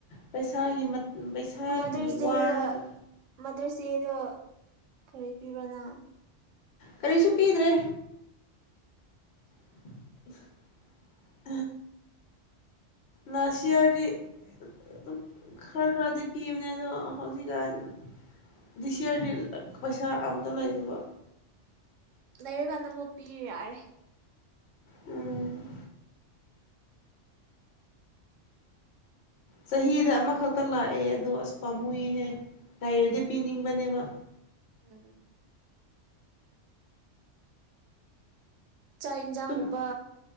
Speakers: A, on the left (about 65°); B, on the right (about 85°).
A: ꯄꯩꯁꯥꯒꯤ ꯄꯩꯁꯥꯒꯤ
B: ꯃꯗꯔꯁ ꯗꯦꯗ
A: ꯋꯥꯅꯦꯕ
B: ꯃꯗꯔꯁ ꯗꯦꯗꯣ ꯀꯔꯤ ꯄꯤꯕ꯭ꯔ ꯅ
A: ꯀꯔꯤꯁꯨ ꯄꯤꯗ꯭ꯔꯦ <unintelligible> ꯂꯥꯁꯏꯌꯔꯗꯤ ꯑꯗꯨꯝ ꯈꯔ ꯈꯔꯗꯤ ꯄꯤꯕꯅꯦ ꯑꯗꯣ ꯍꯧꯖꯤꯛꯀꯥꯟ ꯗꯤꯁ ꯏꯌꯔꯗꯤ ꯄꯩꯁꯥ ꯑꯝꯇ ꯂꯩꯗꯕ
B: ꯂꯩꯔꯀꯥꯟꯗ ꯑꯃꯨꯛ ꯄꯤꯌꯨ ꯌꯥꯔꯦ
A: ꯎꯝ ꯆꯍꯤꯗ ꯑꯃꯈꯛꯇ ꯂꯥꯛꯑꯦ ꯑꯗꯣ ꯑꯁ ꯄꯥꯝꯃꯨꯏꯍꯦ ꯂꯩꯔꯗꯤ
B: ꯎꯝ
A: ꯄꯤꯅꯤꯡꯕꯅꯦꯕ
B: ꯎꯝ ꯆꯥꯛ ꯌꯦꯟꯁꯥꯡꯒꯨꯝꯕ
A: ꯑꯗꯨꯝ